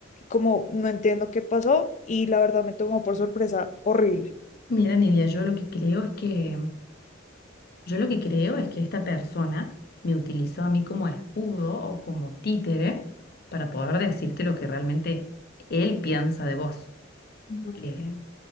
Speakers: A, on the left (about 40°); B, on the left (about 55°).
A: como no entiendo qué pasó y la verdad me tomó por sorpresa horrible.
B: Mira, Nidia, yo lo que creo es que Yo lo que creo es que esta persona me utilizó a mí como escudo o como títere para poder decirte lo que realmente él piensa de vos.
A: Ujú.
B: Eh,